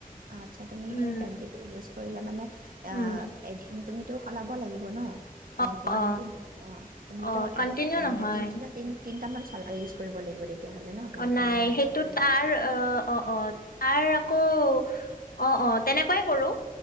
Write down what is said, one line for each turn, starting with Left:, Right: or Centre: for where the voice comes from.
Right: আচ্ছা, তুমি
Left: উম
Right: সেই পেণ্টিটো ইউজ কৰিলে, মানে, আ,
Left: উম
Right: এদিন তুমি টো সলাব লাগিব ন? কণ্টিনিউটো
Left: অ অ
Right: নপহা। তুমিতো
Left: অ কন্টিনিউ
Right: এক, এক
Left: নহয়
Right: <unintelligible> তিনি দিনা তিনি-তিনি <unintelligible> ইউজ কৰিব লাগিব তে তেতিয়াহ'লে ন? তিনিটামান
Left: অ নাই
Right: ব্যৱহাৰ
Left: সেইটো তাৰ অ' অ' তাৰ আকৌ অ' অ' তেনেকুৱাই কৰো।